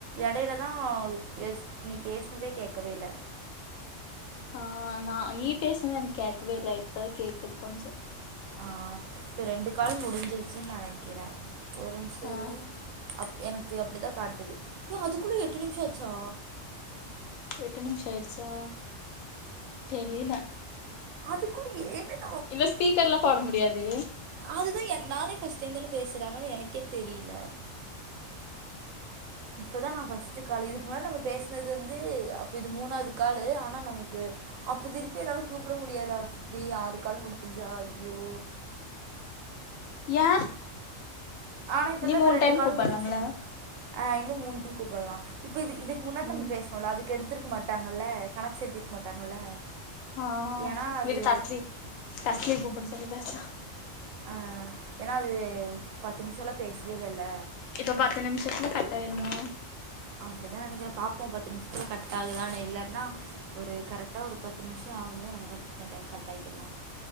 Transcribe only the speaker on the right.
எடையில தா பேச் நீ பேச்னதே கேக்கவே இல்ல
ஆஹ் இப்ப ரெண்டு காள் முடிஞ்சிருச்சுனு நெனக்கிறே ஒரு மிஷ
இரு அப் எனக்கு அப்டிதா காட்டுது. ஹே அதுக்குள்ள எட்டு நிமிஷ ஆச்சா
அதுக்கு ஏன்ன
அதுதான் நானே ஃபர்ஸ்ட் டைம் தான பேசறே அதனால எனக்கே தெரில இப்பதா நா ஃபஸ்ட் கால் இதுக்கு முன்னாடி நம்ம பேசுனது வந்து அப்ப இது மூணாது காலு ஆனா நமக்கு அப்ப திருப்பி என்னால கூப்ட முடியாதா அப்டி ஆறு காலு முடிஞ்சா ஐயோ
ஆனா இப்பதா
இப்ப
ரெண்டு
கால்
முடுஞ்சு ஆஹ் இன்னு மூனு கூப்டலா இப்ப இது இதுக் முன்னாடி
நம்ம பேசுனோல அதுக்கு எடுத்ருக்க மாட்டாங்கல்ல கணக்கு சேத்ரிக்க மாட்டாங்கல்ல
ஏன்னா அது
ஆஹ் ஏனா அது பத்து நிமிஷோல பேஸ்வே இல்லல்ல
அப்டிதான் நெனக்றே பாப் இப்ப பத்து நிம்ஷத்துல கட்டாகுதானு இல்லனா ஒரு கரெட்டா ஒரு பத்து நிமிஷ ஆகும்போது நம்ம கட் கட் ஆக்கிர்லா